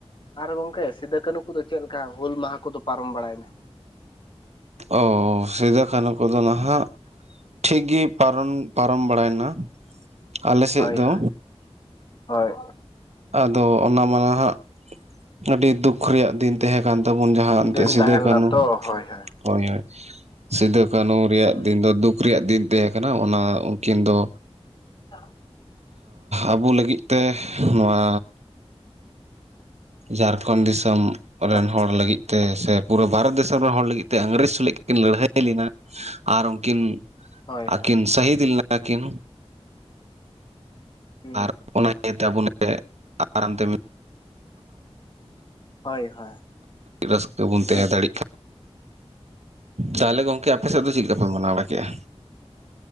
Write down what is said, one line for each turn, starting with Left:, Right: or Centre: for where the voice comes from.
Left: ᱟᱨ ᱜᱚᱝᱠᱮ ᱥᱤᱸᱫᱩ ᱠᱟᱹᱱᱦᱩ ᱠᱚᱫᱚ ᱪᱮᱫᱮ ᱞᱮᱠᱟ ᱦᱩᱞ ᱢᱟᱦᱟ ᱠᱚᱫᱚ ᱯᱟᱨᱚᱢ ᱵᱟᱲᱟᱭᱱᱟ?
Right: ᱚ ᱥᱤᱫᱚ-ᱠᱟᱱᱦᱩ ᱠᱚ ᱠᱚᱫᱚ ᱱᱟᱦᱟᱜ ᱴᱷᱤᱠ ᱜᱮ ᱯᱟᱨᱚᱢ ᱯᱟᱨᱚᱢ ᱵᱟᱲᱟᱭᱮᱱᱟ᱾ ᱟᱞᱮ ᱥᱮᱫ
Left: ᱦᱳᱭ
Right: ᱫᱚ
Left: ᱦᱳᱭ ᱦᱳᱭ
Right: ᱟᱫᱚ ᱚᱱᱟ ᱢᱟᱟᱱᱟ ᱦᱟᱸᱟᱜ ᱟᱹᱰᱤ ᱫᱩᱠ ᱨᱮᱭᱟᱜ ᱫᱤᱱ ᱛᱟᱦᱮᱸ ᱠᱟᱱ ᱛᱟᱵᱚᱱ ᱡᱟᱦᱟᱸ
Left: ᱫᱤᱱ
Right: ᱮᱱᱛᱮ ᱥᱤᱫᱩ
Left: ᱛᱟᱦᱮᱸ
Right: ᱠᱟᱹᱱᱩ
Left: ᱞᱮᱱᱟ ᱛᱚ ᱦᱳᱭ ᱦᱳᱭ
Right: ᱦᱳᱭ ᱦᱳᱭ ᱥᱤᱫᱩ ᱠᱟᱹᱱᱦᱩ ᱨᱮᱭᱟᱜ
Left: ᱦᱩᱸ᱾
Right: ᱫᱤᱱ ᱫᱚ ᱫᱩᱠ ᱨᱮᱭᱟᱜ ᱫᱤᱱ ᱛᱟᱦᱮᱸ ᱠᱟᱱᱟ ᱚᱱᱟ ᱩᱱᱠᱤᱱ ᱫᱚ
Left: ᱚᱱᱟ
Right: ᱟᱵᱚ ᱞᱟᱹᱜᱤᱫ ᱛᱮ ᱱᱚᱣᱟ ᱡᱷᱟᱲᱠᱷᱚᱸᱰ ᱫᱤᱥᱚᱢ ᱨᱮᱱ
Left: ᱦᱚᱜ
Right: ᱦᱚᱲ ᱞᱟᱹᱜᱤᱫ ᱛᱮ ᱥᱮ ᱯᱩᱨᱟᱹ ᱵᱷᱟᱨᱚᱛ ᱫᱤᱥᱚᱢ ᱨᱮᱱ ᱦᱚᱲ ᱞᱟᱹᱜᱤᱫ ᱛᱮ ᱤᱝᱨᱮᱹᱡᱽ ᱥᱞ ᱠᱟᱱᱟ ᱠᱤᱱ ᱞᱟᱹᱲᱦᱟᱹᱭ ᱞᱮᱱᱟ ᱟᱨ ᱩᱱᱠᱤᱱ
Left: ᱦᱳᱭ ᱦᱳᱭ
Right: ᱟᱹᱠᱤᱱ ᱥᱟᱹᱦᱤᱫ ᱞᱮᱱᱟ ᱠᱤᱱ
Left: ᱦᱩᱸ
Right: ᱟᱨ ᱚᱱᱟ ᱤᱭᱟᱹᱛᱮ ᱟᱵᱚᱮ ᱟᱨᱟᱢ ᱛᱮ
Left: ᱦᱳᱭ ᱦᱳᱭ
Right: ᱨᱟᱹᱥᱠᱟᱹ ᱵᱚᱱ ᱛᱟᱦᱮᱸ
Left: ᱴᱷᱤᱠ
Right: ᱫᱟᱲᱮᱟᱜ
Left: ᱴᱷᱤᱠ
Right: ᱠᱟᱱᱟ᱾
Left: ᱦᱩᱸ
Right: ᱛᱟᱦᱚᱞᱮ ᱜᱚᱝᱠᱮ ᱟᱯᱮ ᱥᱮᱫ ᱫᱚ ᱪᱮᱫᱞᱮ ᱞᱮᱠᱟᱯᱮ ᱢᱟᱱᱟᱣ ᱵᱟᱲᱟ ᱠᱮᱜᱼᱟ?